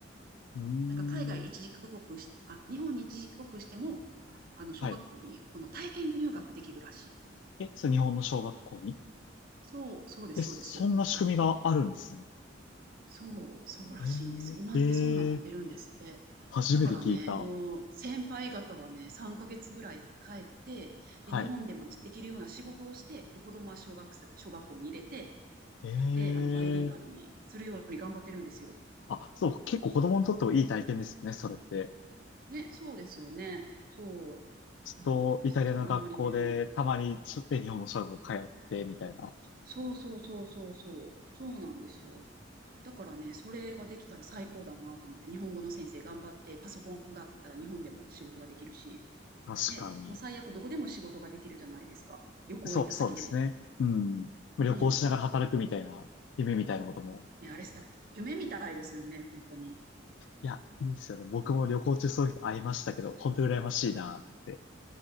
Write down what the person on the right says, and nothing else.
なんか海外一時帰国し、あ、日本に一時帰国しても、あの、小学校にこの体験入学できるらしい。
そう、そうです、
そうです。そう、そうらしいんです。
今ってそうなってるんですって。
だからね、もう先輩方はね、3ヶ月ぐらい帰って、
で、日本でもできるような仕事をして、で、子供は小学生、小学校に入れて、
で、あの、バイリンガルにするように頑張ってるんですよ。
ね、そうですよね。そう、
そうなんですよ。あんまりね、そうそうそうそうそう、そうなんですよ。だからね、それができたら最高だなと思って、日本語の先生頑張って、パソコンがあったら日本でも仕事ができるし、
ね、もう最悪どこでも仕事ができるじゃないですか。旅行行った先でも。
うん。
ね、あれさ、夢みたいですよね、本当に。